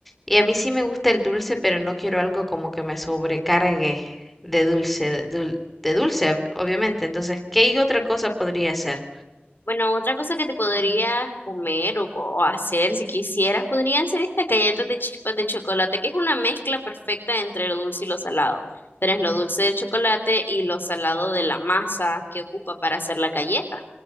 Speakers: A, in the centre; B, on the left (about 60°).
A: Y a mí sí me gusta el dulce, pero no quiero algo como que me sobrecargue de dulce, de dul- de dulce, ob- obviamente. Entonces, ¿qué otra cosa podría hacer
B: Bueno, otra cosa que te podrías comer o, co- o hacer si quisieras, podrían ser estas galletas de chispas de chocolate, que es una mezcla perfecta entre lo dulce y lo salado. Tenés lo dulce del chocolate y lo salado de la masa que ocupa para hacer la galleta.